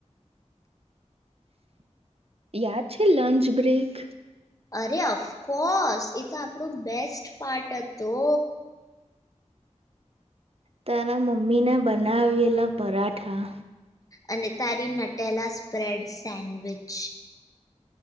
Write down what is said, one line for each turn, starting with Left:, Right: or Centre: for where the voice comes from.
Right: યાદ છે. લંચ બ્રેક
Left: અરે ઓફકોર્સ એ તો આપણો બેસ્ટ પાર્ટ હતો.
Right: તારા મમ્મીને બનાવેલા પરાઠા.
Left: અને તારી નટેલા સ્પ્રેડ સેન્ડવિચ.